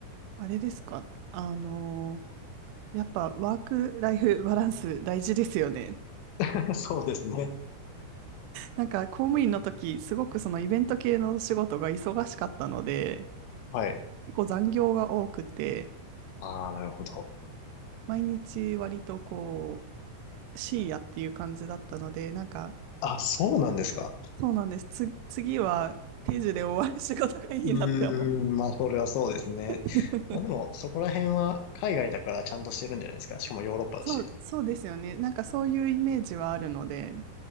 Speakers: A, on the right; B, on the left.
A: あれですか、あの、やっぱワークライフバランス大事ですよね。
B: <laughs> そうですね。
A: なんか公務員の時、すごくそのイベント系の仕事が忙しかったので、
B: はい。
A: 結構残業が多くて、
B: ああ、なるほど。
A: 毎日割とこう、深夜っていう感じだったので、なんか、
B: あ、そうなんですか。
A: そうなんです。つ、次は定時で終わる仕事がいいなって思
B: うーん、まあ、それはそうですね。
A: う
B: まあでも、そこら辺は海外だからちゃんとしてるんじゃないですか。しかもヨーロッパだし。
A: そう、そうですよね。なんかそういうイメージはあるので、